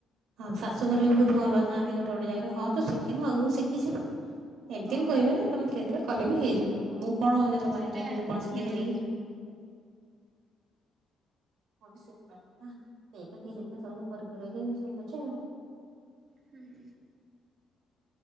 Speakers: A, on the right; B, on the right.
A: ହ ଶାଶୁଘ ବି ବହୁତ ଭଲ ଥାନ୍ତି ଗୋଟେ ଗୋଟେ ଜାଗାରେ ହଁ ତ ଶିଖିନୁ ଆଗକୁ ଶିଖିଯିବୁ। ଏମିତି
B: ହଁ।
A: ବି କହିବେ ନା ତମେ ସେଇଥିଲେ କଲେ ବି ହେଇଯିବ। ମୁଁ କଣ ହଉଛି
B: ହଁ
A: ତୋ
B: ସେଟା
A: ପାଇଁାଇ ଖି ମୁଁ କଣ ଶିଖେଇଥିଲି
B: ହୁଁ।
A: କି ମୁଁ ବି ସେ ସେଇ ତ ଧୀରେ ଧୀରେ ସବୁ ପରିକକି ଶିଖୁଛି ଆଉ।
B: ହୁଁ